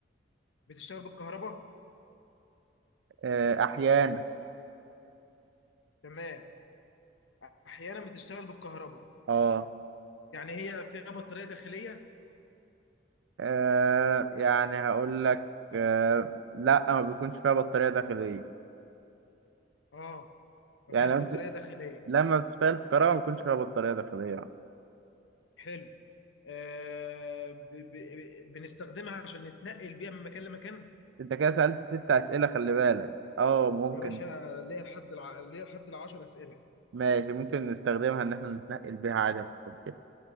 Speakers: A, on the left; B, on the right.
A: بتشتغل بالكهرباء
B: آه احيانا
A: تمام احيانا بتشتغل بالكهرباء
B: اه
A: يعني هي فيها بطارية داخلية؟
B: آه، يعني هقول لك آه لا ما بيكونش فيها بطارية داخلية
A: اه ما
B: يعني
A: فيهاش
B: لما
A: بطارية
B: بت-
A: داخلية
B: لما بتشتغل في كهرباء ما بيكونش فيها بطارية داخلية
A: حلو آه ب ب ب- بنستخدمها عشان نتنقل بيها من مكان لمكان
B: انت كده سألت ست اسئلة خلي بالك اه ممكن
A: يا باشا ليا لحد الع... ليا لحد العشر أسئلة
B: ماشي ممكن نستخدمها ان احنا نتنقل بيها عادي مفيش مشكلة